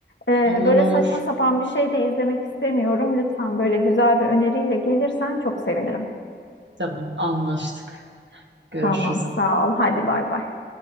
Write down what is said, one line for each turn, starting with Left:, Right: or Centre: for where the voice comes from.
Left: E,
Right: Olur
Left: böyle
Right: olur.
Left: saçma sapan bir şey de izlemek istemiyorum. Lütfen böyle güzel bir öneriyle gelirsen çok sevinirim.
Right: Tamam, anlaştık. Görüşürüz.
Left: Tamam, sağ ol. Hadi bay bay.